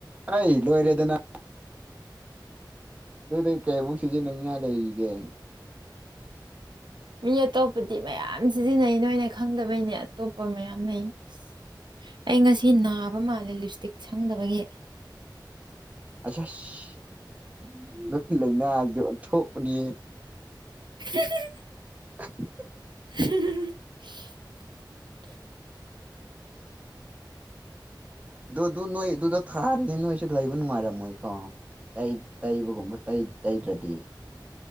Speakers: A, on the right (about 15°); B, on the right (about 70°).
A: ꯑ ꯍꯤꯂꯣ ꯑꯦꯔꯤꯌꯥꯗꯅ ꯑꯗꯨꯗ ꯀꯩꯕꯨ ꯅꯉ ꯂꯩꯒꯦ
B: ꯃꯤ ꯑꯇꯣꯞꯄꯗꯤ ꯃꯌꯥꯝ ꯁꯤꯖꯤꯟꯅꯩ ꯅꯣꯏꯅ ꯈꯪꯗꯕꯩꯅꯦ ꯑꯇꯣꯞꯄ ꯃꯌꯥꯝ ꯂꯩ ꯑꯁ ꯑꯩ ꯉꯁꯤ ꯅꯥꯕ ꯃꯥꯜꯂꯦ ꯂꯤꯞ ꯏꯁꯇꯤꯛ ꯁꯪꯗꯕꯒꯤ
A: <unintelligible> ꯑꯁ ꯑꯁꯣꯏ ꯂꯥꯏꯅꯥꯗ ꯑꯣꯟꯊꯣꯛꯄꯅꯤ
B: <unintelligible>
A: <unintelligible>
B: <unintelligible>
A: ꯑꯗꯨ ꯑꯗꯨ ꯅꯣꯏ ꯑꯗꯨꯗꯣ ꯊꯥꯜꯂꯤꯅꯤ ꯅꯣꯏꯁꯨ ꯂꯩꯕ ꯅꯨꯡꯉꯥꯏꯔꯝꯃꯣꯏꯀꯣ ꯇ ꯇꯩꯕꯒꯨꯝꯕ ꯇꯩꯗ꯭ꯔꯗꯤ